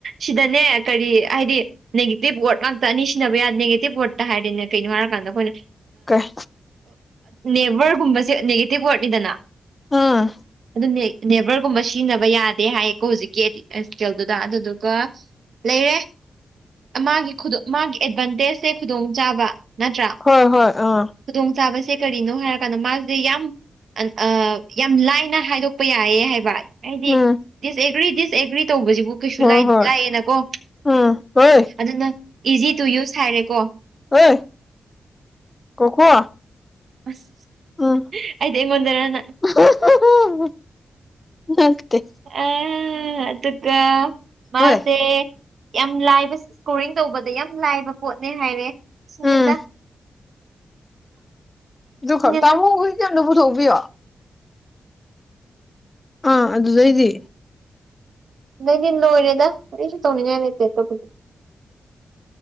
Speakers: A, on the right; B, on the left.
A: ꯁꯤꯗꯅꯦ ꯀꯔꯤ ꯍꯥꯏꯗꯤ ꯅꯦꯒꯇꯤꯛ ꯋꯥꯔꯗ ꯉꯥꯛꯇ ꯑꯅꯤ ꯁꯤꯖꯤꯟꯅꯕ ꯌꯥꯗꯦ ꯅꯦꯒꯇꯤꯞ ꯋꯥꯔꯗꯠꯇ ꯍꯥꯏꯔꯗꯤꯅꯦ ꯀꯩꯅꯣ ꯍꯥꯏꯔꯀꯥꯟꯗ ꯑꯩꯈꯣꯏꯅ
B: ꯀꯩ
A: ꯅꯦꯚꯔꯒꯨꯝꯕꯁꯦ ꯅꯦꯒꯦꯇꯤꯞ ꯋꯥꯔꯗꯅꯤꯗꯅ
B: ꯑꯥ
A: ꯑꯗꯨꯝ ꯅꯦꯕꯔꯒꯨꯝꯕ ꯁꯤꯖꯤꯟꯅꯕ ꯌꯥꯗꯦ ꯍꯥꯏꯌꯦꯀꯣ ꯍꯧꯖꯤꯛꯀꯤ ꯏꯁꯀꯦꯜꯗꯨꯗ ꯑꯗꯨꯗꯨꯒ ꯂꯩꯔꯦ ꯃꯥꯒꯤ ꯃꯥꯒꯤ ꯑꯦꯗꯚꯥꯟꯇꯦꯖꯁꯦ ꯈꯨꯗꯣꯡꯆꯥꯥꯕ ꯅꯠꯇ꯭ꯔꯥ
B: ꯍꯣꯏ ꯍꯣꯏ ꯑꯥ
A: ꯈꯨꯗꯣꯡ ꯆꯥꯕꯁꯦ ꯀꯔꯤꯅꯣ ꯍꯥꯏꯔ ꯀꯥꯟꯗ ꯃꯥ ꯑꯥ ꯌꯝ ꯑꯥ ꯌꯥꯝ ꯂꯥꯏꯅ ꯍꯥꯏꯗꯣꯛꯄ ꯌꯥꯏꯌꯦ ꯍꯥꯏꯕ ꯑꯩꯗꯤ
B: ꯎꯝ
A: ꯗꯤꯁꯑꯒ꯭ꯔꯤ ꯗꯤꯁꯑꯒ꯭ꯔꯤ ꯇꯧꯕꯖꯤꯕꯨ ꯀꯩꯁꯨ
B: ꯍꯣꯏ
A: ꯂꯥꯏ
B: ꯍꯣꯏ
A: ꯂꯥꯏ ꯑꯦꯅꯀꯣ
B: ꯎꯝ ꯍꯣꯏ
A: ꯑꯗꯨꯅ ꯏꯖꯤ ꯇꯨ ꯌꯨꯁ ꯍꯥꯏꯔꯦꯀꯣ
B: ꯑꯣ ꯀꯣꯀꯣ
A: ꯑꯁ
B: ꯎꯝ
A: ꯑꯩꯗꯤ ꯑꯩꯉꯣꯟꯗꯔꯅ
B: <unintelligible> ꯅꯠꯇꯦ
A: ꯑꯥ ꯑꯗꯨꯒ ꯃꯥꯖꯦ
B: ꯍꯣꯏ
A: ꯌꯥꯝ ꯂꯥꯏꯗ ꯏꯁꯀꯣꯔꯤꯡ ꯇꯧꯕꯗ ꯌꯥꯝ ꯂꯥꯏꯕ ꯄꯣꯠꯅꯦ ꯍꯥꯏꯔꯦ ꯁꯨꯅꯤꯗ
B: ꯎꯝ ꯑꯗꯨꯈꯛ
A: ꯁꯤꯅꯤꯗ
B: ꯇꯥꯃꯣ ꯍꯨꯏ ꯖꯦ ꯑꯝꯇꯥ ꯄꯨꯊꯣꯛꯄꯤꯌꯣ ꯑꯥ ꯑꯗꯨꯗꯩꯗꯤ
A: ꯑꯗꯨꯗꯤ ꯂꯣꯏꯔꯦꯗ ꯀꯩꯁꯨ ꯇꯧꯅꯤꯡꯉꯥꯏ ꯂꯩꯇꯦ ꯑꯇꯣꯞꯄꯗꯤ